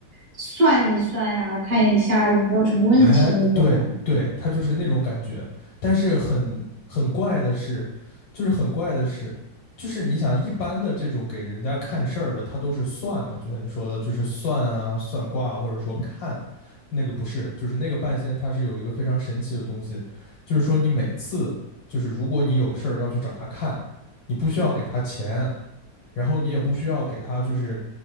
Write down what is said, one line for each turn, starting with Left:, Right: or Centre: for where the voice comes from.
Right: 算一算呀，看一下有没有什么问题那种吗？
Left: 哎，对对，他就是那种感觉。但是很很怪的是，就是很怪的是，就是你想一般的这种给人家看事儿的，他都是算嘛，就像你说的，就是算啊、算卦啊或者说看那个不是，就是那个半仙，他是有一个非常神奇的东西，就是说你每次就是如果你有事儿要去找他看，你不需要给他钱，然后你也不需要给他就是